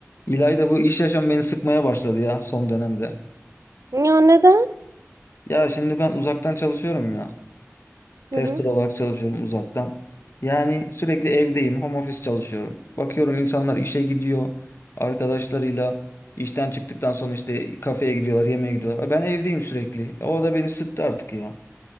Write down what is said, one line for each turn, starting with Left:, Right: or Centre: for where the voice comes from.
Left: İlayda bu iş yaşam beni sıkmaya başladı ya son dönemde.
Right: Ya neden?
Left: Ya şimdi ben uzaktan çalışıyorum ya.
Right: Hı
Left: Tester
Right: hı.
Left: olarak çalışıyorum uzaktan. Yani sürekli evdeyim, home office çalışıyorum. Bakıyorum insanlar işe gidiyor, arkadaşlarıyla işten çıktıktan sonra işte kafeye gidiyorlar, yemeğe gidiyorlar. E, Ben evdeyim sürekli. E, O da beni sıktı artık ya.